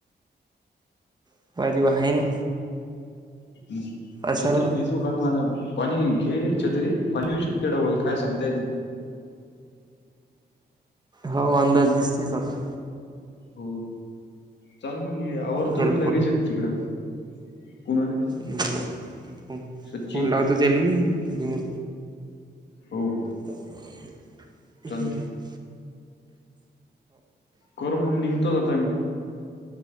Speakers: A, on the right; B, on the left.
A: <unintelligible> आहे ना
B: हम्
A: असाल
B: छत्री
A: ना
B: बिझ <unintelligible> आणि एक घे छतरी पाणी शक्य डवाल काय सांगता येत नाही.
A: हो अंदाज दिसतेच आता.
B: हो चाल मग ये आवरतो
A: त्याला
B: मी लगेच येतो तिकडं. कुणाले
A: मग,
B: सच्ची?
A: फोन लावतो त्याला मी.
B: हो हो.
A: हम्.
B: चालते. कर मग निघतोच आता मी.